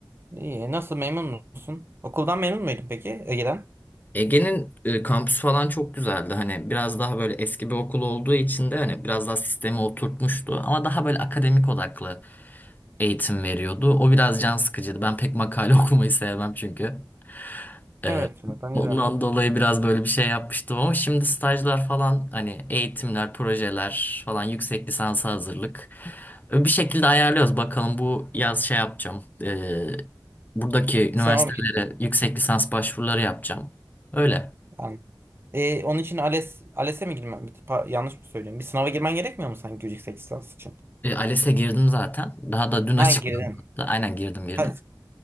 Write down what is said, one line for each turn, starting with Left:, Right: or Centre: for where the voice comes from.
Right: İyi. Nasıl memnun musun? Okuldan memnun muydun peki Ege'den?
Left: Ege'nin e, kampüsü falan çok güzeldi. Hani biraz daha böyle eski bir okul olduğu için de hani biraz daha sistemi oturtmuştu. Ama daha böyle akademik odaklı eğitim veriyordu. O biraz can sıkıcıydı. Ben pek makale <laughs> okumayı sevmem çünkü.
Right: Evet.
Left: E,
Right: Bence
Left: ondan
Right: de.
Left: dolayı biraz böyle bir şey yapmıştım ama şimdi stajlar falan hani eğitimler, projeler falan yüksek lisansa hazırlık. E, Bir şekilde ayarlıyoruz. Bakalım bu yaz şey yapacağım. E, buradaki üniversitelere
Right: Sınava mı girdin?
Left: yüksek lisans başvuruları yapacağım. Öyle.
Right: Anladım. E, onun için ALES, ALES'e mi girmen? pa- Yanlış mı söylüyorum? Bir sınava girmen gerekmiyor mu sanki yüksek lisans için?
Left: E, ALES'e girdim zaten. Daha da dün açıklandı
Right: Ha girdin.
Left: hatta. Aynen girdim girdim.
Right: Ha,